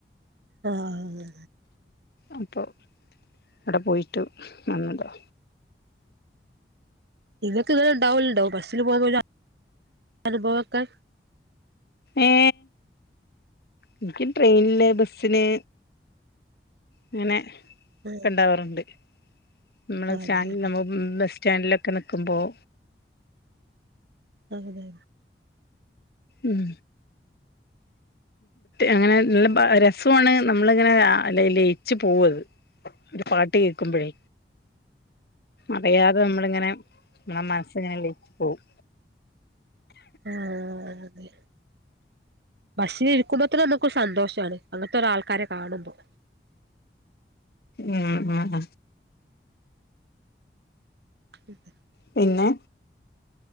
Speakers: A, on the right; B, on the left.
A: ആഹ്
B: അപ്പൊ എവിടെ പോയിട്ട് വന്നതാ
A: നിങ്ങൾക്ക് ഇന്നല ഉണ്ടാവലുണ്ടാവും ബസ്സിൽ പോക പോല അനുഭവൊക്കെ
B: ഏ എനിക്ക് ട്രെയിനില് ബസിന് ഇങ്ങനെ
A: ആഹ്
B: ഉണ്ടാവാറുണ്ട് നമ്മള് സ്റ്റാൻഡ
A: അതെ അതെ
B: നമ്മ ബസ് സ്റ്റാൻഡിലൊക്കെ നിൽക്കുമ്പോൾ
A: അതെ
B: ഉം അങ്ങനെ നല്ല രസമാണ് നമ്മളിങ്ങനെ അല്ല ലയിച്ച് പോവത് പാട്ട് കേക്കുമ്പോഴേ അറിയാതെ നമ്മളിങ്ങനെ നമ്മളുടെ മനസ്സിങ്ങനെ ലയിച്ച് പോകും
A: ആഹ് അതെ ബസ്സിൽ ഇരിക്കുമ്പോത്തന്നെ നമുക്ക് സന്തോഷമാണ് അങ്ങനത്തെ ഒ ഒരു ആൾക്കാരെ കാണുമ്പോൾ
B: ഉം ഉം
A: <inaudible>
B: പിന്നെ